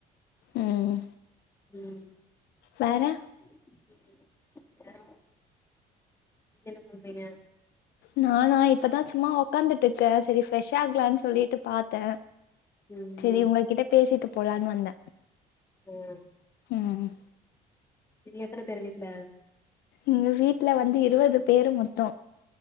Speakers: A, on the left (about 75°); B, on the left (about 15°).
A: ம்
B: ம்
A: வேற
B: <inaudible> நீங்க என்ன பன்றீங்க
A: நானா இப்பதா சும்மா உக்காந்துட்ருக்க சேரி ஃப்ரெஷ் ஆகலான் சொல்லிட்டு பாத்த
B: ம்
A: செரி உங்க கிட்ட பேசிட்டு போலான் வந்த
B: ஆ
A: ம்
B: இது எத்தன பேரு வீட்ல
A: எங்க வீட்ல வந்து இருவது பேரு மொத்தோ